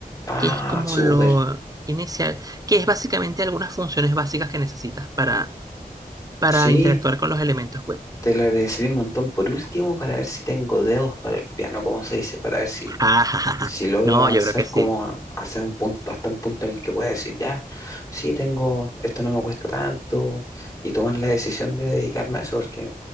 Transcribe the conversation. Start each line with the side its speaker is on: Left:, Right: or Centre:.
Left: Ah,
Right: que es como
Left: súper.
Right: lo inicial, que es básicamente algunas funciones básicas que necesitas para, para
Left: Sí,
Right: interactuar con los elementos web.
Left: te lo agradeceré un montón por último para ver si tengo dedos para el piano, como se dice, para ver si,
Right: <laughs>
Left: si logro
Right: No,
Left: avanzar
Right: yo creo que sí,
Left: como a, hacia un punto, hasta un punto en el que pueda decir, ya, sí, tengo, esto no me cuesta tanto, y tomar la decisión de dedicarme a eso, porque